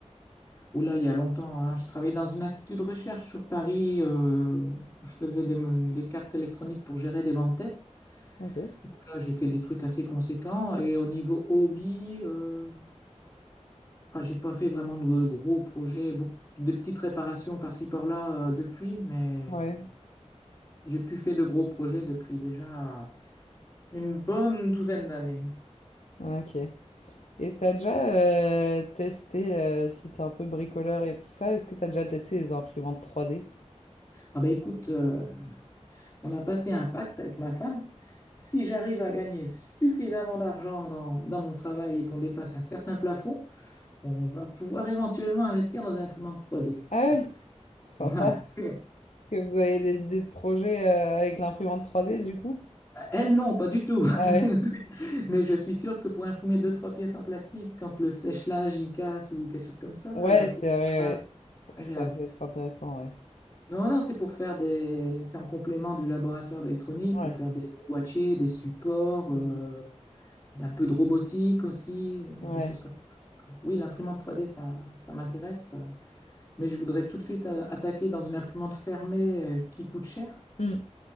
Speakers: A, on the left; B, on the left.
A: où là, il y a longtemps, hein, je travaillais dans un institut de recherche sur Paris, euh, où je faisais des, des cartes électroniques pour gérer des bancs de tests.
B: Ok.
A: Donc là, j'ai fait des trucs assez conséquents. Et au niveau hobby, euh, ah, j'ai pas fait vraiment de gros projets, beaucoup, de petites réparations par-ci par-là, euh, depuis, mais.
B: Ouais,
A: J'ai pu faire de gros projets depuis déjà une bonne douzaine d'années.
B: ok. Et t'as déjà euh, testé, euh, si t'es un peu bricoleur et tout ça, est-ce que t'as déjà testé les imprimantes 3D?
A: Ah ben écoute, euh, on a passé un pacte avec ma femme. Si j'arrive à gagner suffisamment d'argent dans, dans mon travail et qu'on dépasse un certain plafond, on va pouvoir éventuellement investir dans une imprimante 3D.
B: Ah ouais,
A: Donc,
B: sympa.
A: voilà. <laughs>
B: Est-ce Que vous avez des idées de projets euh, avec l'imprimante 3D du coup?
A: Elle, non, pas du tout. <laughs>
B: Ah ouais.
A: Mais je suis sûr que pour imprimer deux, trois pièces en plastique, quand le sèche-linge y casse ou quelque chose comme ça,
B: Ouais,
A: elle va trouver
B: c'est vrai,
A: ça
B: ouais. Ça
A: agréable.
B: peut être intéressant, ouais.
A: Non, non, c'est pour faire des. C'est en complément du laboratoire d'électronique,
B: Ouais.
A: pour faire des, des boîtiers, des supports,
B: Mhm.
A: euh, un peu de robotique aussi, des,
B: Ouais.
A: des choses comme ça. Oui, l'imprimante 3D, ça, ça m'intéresse. Mais je voudrais tout de suite a- attaquer dans une imprimante fermée euh, qui coûte cher,
B: Mm.